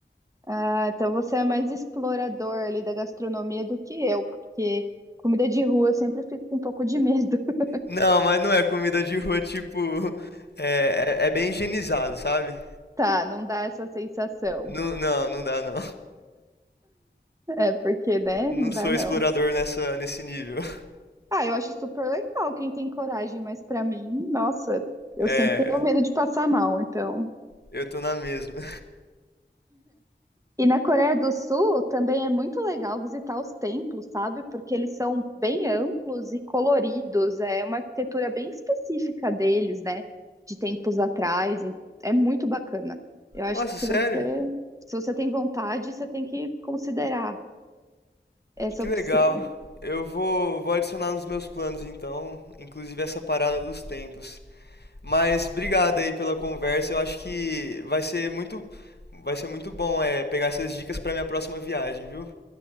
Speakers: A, on the right (about 15°); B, on the left (about 60°).
A: Ah, então você é mais explorador ali da gastronomia do que eu, porque comida de rua eu sempre fico com um pouco de medo. <laughs>
B: Não, mas não é comida de rua, tipo, é, é, é bem higienizado, sabe?
A: Tá, não dá essa sensação.
B: Não, não, não dá não.
A: É porque, né?
B: Não
A: Não dá
B: sou
A: não.
B: explorador nessa, nesse nível.
A: Ah, eu acho super legal quem tem coragem, mas para mim, nossa, eu
B: É,
A: sempre tenho medo de passar mal, então.
B: eu tô na mesma.
A: E na Coreia do Sul também é muito legal visitar os templos, sabe? Porque eles são bem amplos e coloridos, é uma arquitetura bem específica deles, né? De tempos atrás, e é muito bacana. Eu acho
B: Nossa,
A: que se
B: sério?
A: você, se você tem vontade, você tem que considerar essa
B: Que
A: opção.
B: legal. Eu vou, vou adicionar nos meus planos então, inclusive essa parada dos tempos. Mas obrigado aí pela conversa. Eu acho que vai ser muito, vai ser muito bom é, pegar essas dicas para minha próxima viagem, viu?